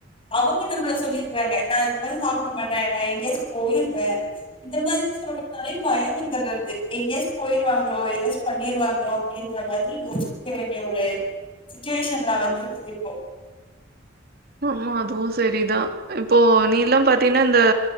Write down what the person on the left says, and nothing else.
அவங்க நம்மளை சொல்லிருறாங்க நா இந்த மாரி சாப்பிட மாட்டே நா எங்காயாச்சு போயிருவே இந்த மாரி சொல்றதுனாலேயு பயோ வந்துடுது எங்கோச்சு போயிடுவாங்களோ ஏதாச்ச பண்ணிருவாங்களோ அப்டின்ற மாரி யோசிக்க வேண்டிய ஒரு சிச்சுவேஷன்ல வந்துகிட்டு இருக்கு இப்போ